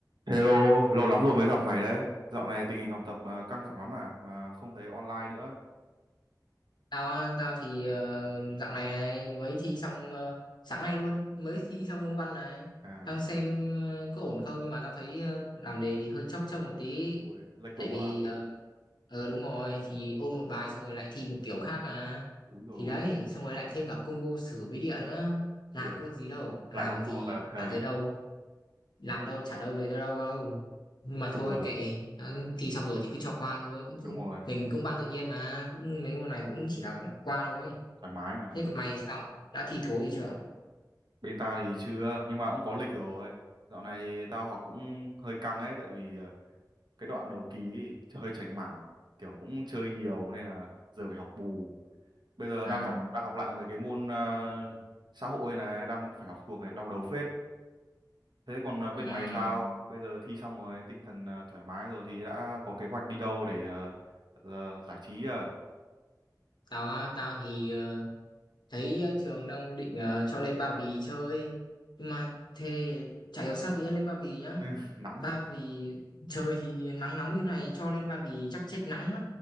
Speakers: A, on the right (about 80°); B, on the left (about 80°).
A: Hello, lâu lắm rồi mới gặp mày đấy. Dạo này tình hình học tập à, căng thẳng lắm à, mà không thấy online nữa.
B: Tao á, tao thì ờ, dạo này này mới thi xong ờ, sáng nay luôn mới thi xong môn văn này
A: À,
B: đang xem ờ, có ổn không nhưng mà tao thấy ờ, làm đề thì hơi chốc chốc một tí
A: ui, lệch tủ
B: tại vì
A: à.
B: ờ ờ, đúng rồi thì ôn một bài xong rồi lại thi một kiểu khác à
A: Úi rồi
B: thì đấy
A: ôi,
B: xong rồi lại thêm cả combo sửa bí địa nữa làm
A: ui, dồi,
B: có được gì đâu làm
A: lại học thuộc
B: thì
A: à.
B: chả tới đâu
A: <laughs>
B: làm đâu trả đâu về đâu đâu nhưng mà thôi
A: Bừa,
B: kệ đã- thi xong rồi thì cứ cho qua thôi
A: đúng
B: Cũng-
A: rồi,
B: mình cũng ba tự nhiên mà cũng mấy môn này cũng chỉ là qua thôi
A: thoải mái mà.
B: thế còn mày sao đã thi thố gì chưa
A: Bên tao thì chưa, nhưng mà cũng có lịch rồi. Dạo này thì tao học cũng hơi căng ấy, tại vì à, cái đoạn đầu ký thì ch- hơi chảnh mảng, kiểu cũng chơi nhiều nên là giờ phải học bù. Bây giờ
B: à,
A: đang học đang học lại mấy cái môn à, xã hội này, đang phải học thuộc này, đau đầu phết. Thế còn à, bên
B: à
A: mày sao? Bây giờ thi xong rồi, tinh thần à, thoải mái rồi thì đã có kế hoạch đi đâu để à, là giải trí à?
B: tao á, tao thì ờ, thấy ờ, trường đang định ờ, cho lên Ba Vì chơi nhưng mà thế chả hiểu sao tự nhiên lên Ba Vì nhá
A: Ừ, <laughs> nắng.
B: Ba Vì trời thì nắng nóng như này cho lên Ba Vì chắc chết nắng mất